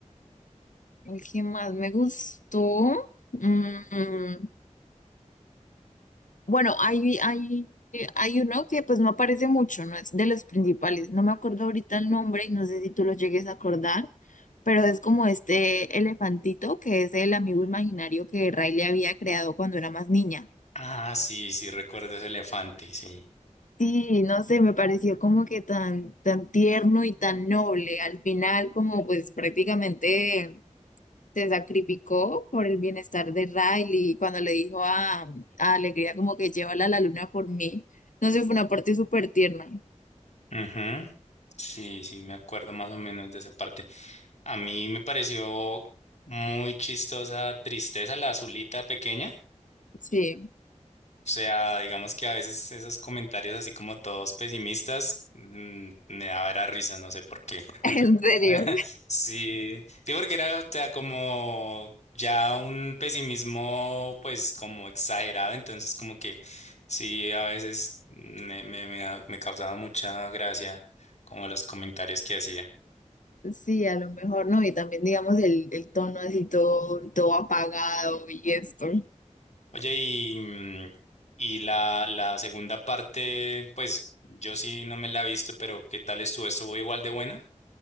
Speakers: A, on the left (about 85°); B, on the left (about 65°).
A: El que más me gustó. mm, bueno, hay, hay, eh, hay uno que pues no aparece mucho, no es de los principales. No me acuerdo ahorita el nombre y no sé si tú lo llegues a acordar, pero es como este elefantito que es el amigo imaginario que Ray le había creado cuando era más niña.
B: Ah, sí, sí, recuerdo ese elefante, sí.
A: Sí, no sé, me pareció como que tan, tan tierno y tan noble. Al final, como pues prácticamente se sacrificó por el bienestar de Riley y cuando le dijo a, a Alegría como que llévala a la luna por mí. No sé, fue una parte súper tierna.
B: Ujú. Sí, sí, me acuerdo más o menos de esa parte. A mí me pareció muy chistosa, tristeza, la azulita pequeña.
A: Sí,
B: O sea, digamos que a veces esos comentarios así como todos pesimistas mm, me daba era risa, no sé por qué.
A: <laughs> en serio.
B: <laughs> Sí, sí, porque era, o sea, como ya un pesimismo pues como exagerado, entonces como que sí, a veces me, me, me, da- me causaba mucha gracia como los comentarios que hacía.
A: Sí, a lo mejor no. Y también, digamos, el, el tono así todo, todo apagado y esto.
B: Oye, y, mm, y la, la segunda parte, pues yo sí no me la he visto, pero ¿qué tal estuvo? ¿Estuvo igual de buena?